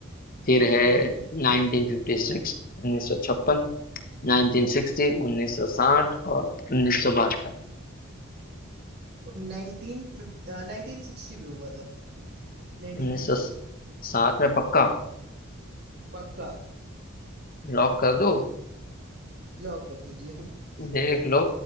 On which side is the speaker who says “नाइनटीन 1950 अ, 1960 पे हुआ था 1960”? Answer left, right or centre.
Right